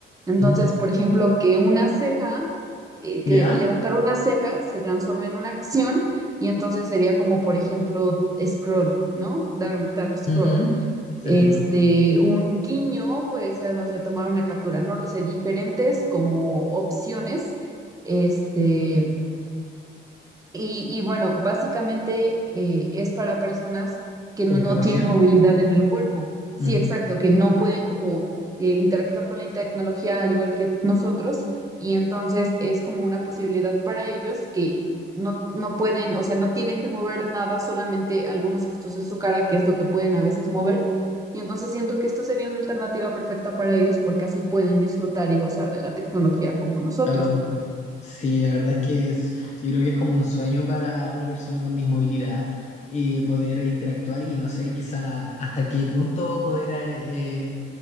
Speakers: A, on the right (about 15°); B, on the left (about 35°).
A: Entonces,
B: Mm,
A: por ejemplo, que una ceja, eh, que
B: ya
A: levantar una ceja se transforme en una acción y entonces sería como, por ejemplo, scroll, ¿no? Dar, dar scroll.
B: Ujú. Te
A: Este,
B: entiendo.
A: un guiño puede ser, no sé, tomar una captura, no lo sé, diferentes como opciones, este y, y bueno, básicamente eh, es para personas que
B: Con
A: no,
B: discapacidad.
A: no tienen movilidad en el cuerpo. Sí,
B: Ujú.
A: exacto, que no pueden como eh, interactuar con la tecnología al igual que nosotros. Y entonces es como una posibilidad para ellos que no, no pueden, o sea, no tienen que mover nada, solamente algunos gestos en su cara, que es lo que pueden a veces mover. Y entonces siento que esta sería una alternativa perfecta para ellos porque así pueden disfrutar y gozar de la tecnología como nosotros.
B: Oh, sí, la verdad es que es, yo creo que es como un sueño para una persona con dismovilidad eh, poder interactuar y no sé, quizá hasta qué punto poder eh,